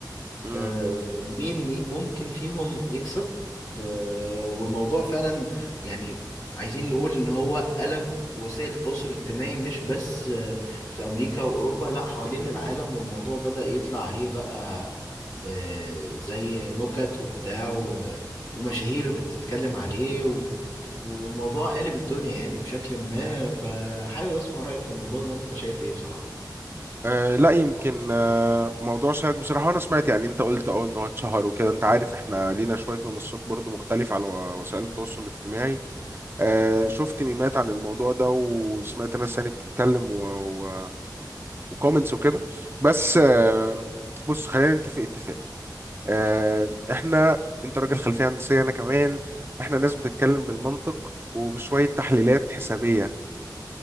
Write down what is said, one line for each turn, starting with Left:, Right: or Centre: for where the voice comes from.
Right: مم.
Left: آه، مين ي- ممكن فيهم يكسب آه، والموضوع فعلا يعني عايزين نقول ان هو قلب وسائل التواصل الاجتماعي مش بس آه، في امريكا واوروبا لا حوالين العالم والموضوع بدأ يطلع عليه بقى آه، زي نكت وبتاع و- ومشاهير بتتكلم عليه و- والموضوع قالب الدنيا يعني بشكل ما فحابب اسمع رأيك في الموضوع ده انت شايف ايه بصراحة
Right: أه لا يمكن أه موضوع شائك بصراحة وأنا سمعت يعني أنت قلت أه إن هو اتشهر وكده أنت عارف إحنا لينا شوية منصات برضو مختلفة على وسائل التواصل الاجتماعي أه شفت ميمات عن الموضوع ده وسمعت ناس يعني بتتكلم و... و... وكومنتس وكده بس أه بص خلينا نتفق اتفاق أه إحنا أنت راجل خلفية هندسية أنا كمان إحنا ناس بتتكلم بالمنطق وبشوية تحليلات حسابية